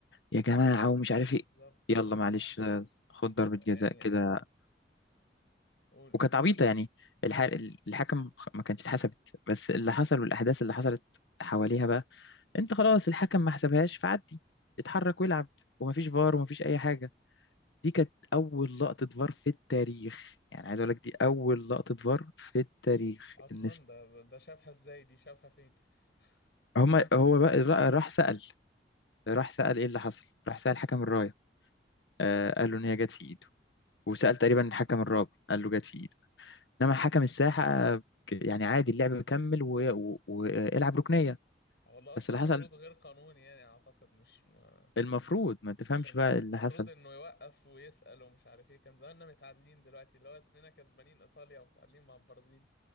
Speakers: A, on the left; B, on the left.
A: يا جماعة ومش
B: بالظبط
A: عارف إيه يلا
B: اللي
A: معلش
B: هو
A: آه، خد
B: ص-
A: ضربة
B: يعني
A: جزاء كده
B: قول قول
A: وكانت عبيطة يعني
B: مم.
A: الح... الحكم ما كانتش اتحسبت بس اللي حصل والأحداث اللي حصلت حواليها بقى انت خلاص الحكم ما حسبهاش فعدي اتحرك والعب ومفيش فار ومفيش اي حاجه دي كانت اول لقطه فار في التاريخ يعني عايز اقول لك دي اول لقطه فار في التاريخ
B: اصلا
A: ان است-
B: ده ده ده شافها ازاي دي شافها فين <laughs>
A: هما هو بقى را- راح
B: مم.
A: سأل راح سأل ايه اللي حصل راح سأل حكم الرايه آه
B: اوكي
A: قال له ان هي جت في ايده وسأل تقريبا الحكم الرابع قال له جت في ايده انما حكم الساحه آه، يعني عادي اللعب كمل والعب ركنيه
B: آه، والله اصلا
A: بس اللي
B: المفروض
A: حصل
B: غير قانوني يعني اعتقد مش ما
A: المفروض ما تفهمش
B: مش مش
A: بقى اللي
B: المفروض
A: حصل
B: انه يوقف ويسأل ومش عارف ايه كان زماننا متعادلين دلوقتي اللي هو اسمنا كسبانين ايطاليا ومتعادلين مع البرازيل